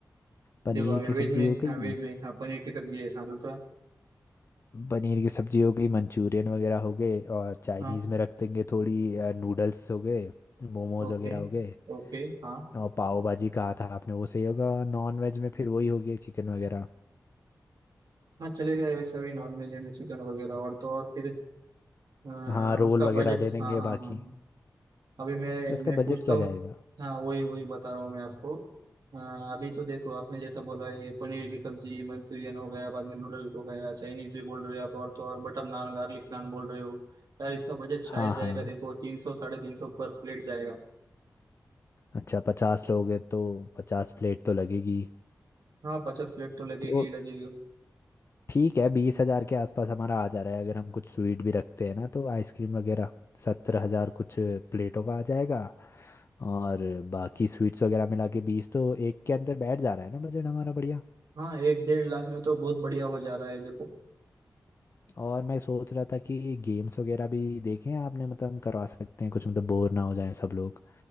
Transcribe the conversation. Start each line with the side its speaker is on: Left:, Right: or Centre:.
Left: पनीर
Right: देखो अभी
Left: की
Right: वेज
Left: सब्जी
Right: में
Left: हो गई
Right: हाँ वेज में हाँ पनीर की सब्जी है हाँ दूसरा
Left: पनीर की सब्जी हो गई मंचूरियन वगैरह हो गए और चाइनीज़
Right: हाँ
Left: में रख देंगे थोड़ी नूडल्स हो गए मोमोज
Right: ओके
Left: वगैरह हो गए
Right: ओके हाँ
Left: और पाव भाजी कहा था आपने वो सही होगा नॉन वेज में फिर वही होगी चिकन वगैरह
Right: हाँ चलेगा वैसा भी नॉन वेज में चिकन वगैरह और तो और फिर अ,
Left: हाँ रोल
Right: उसका
Left: वगैरह
Right: बजट
Left: दे देंगे
Right: हाँ हाँ
Left: बाकी
Right: हाँ अभी मैं
Left: तो इसका
Right: मैं
Left: बजट
Right: पूछता
Left: क्या
Right: हूँ
Left: जाएगा
Right: हाँ वही वही बता रहा हूँ मैं आपको हाँ, अभी तो देखो आपने जैसा बोला ये पनीर की सब्जी मंचूरियन हो गया बाद में नूडल्स हो गया चाइनीज भी बोल रहे हो आप और तो और बटर नान गार्लिक नान बोल रहे हो यार इसका बजट शायद
Left: हाँ
Right: जाएगा
Left: हाँ
Right: देखो तीन सौ साढ़े तीन सौ पर प्लेट जाएगा
Left: अच्छा पचास लोग हैं तो पचास प्लेट तो लगेगी
Right: हाँ पचास प्लेट तो लगेगी
Left: तो
Right: ही लगेगी
Left: ठीक है बीस हजार के आसपास हमारा आ जा रहा है अगर हम कुछ स्वीट भी रखते हैं ना तो आइसक्रीम वगैरह सत्रह हजार कुछ प्लेटों का आ जाएगा और बाकी स्वीट्स वगैरह मिला के बीस तो एक के अंदर बैठ जा रहा है ना बजट हमारा बढ़िया
Right: हाँ एक डेढ़ लाख में तो बहुत बढ़िया हो जा रहा है देखो
Left: और मैं सोच रहा था कि गेम्स वगैरह भी देखें आपने मतलब हम करवा सकते हैं कुछ मतलब बोर ना हो जाएं सब लोग